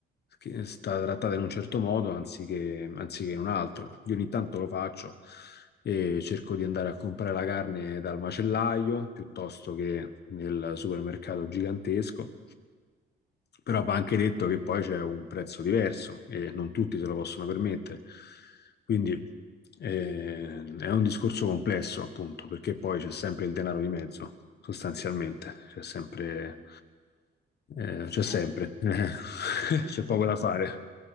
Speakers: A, on the left; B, on the right.
A: che è stata trattata in un certo modo anziché, anziché in un altro. Io ogni tanto lo faccio e cerco di andare a comprare la carne dal macellaio piuttosto che nel supermercato gigantesco. Però va anche detto che poi c'è un prezzo diverso e non tutti se lo possono permettere. Quindi eh, è un discorso complesso, appunto, perché poi c'è sempre il denaro di mezzo, sostanzialmente. C'è sempre eh, c'è sempre,
B: Eh sì, è
A: <laughs>
B: un business
A: c'è poco
B: anche
A: da
B: quello.
A: fare.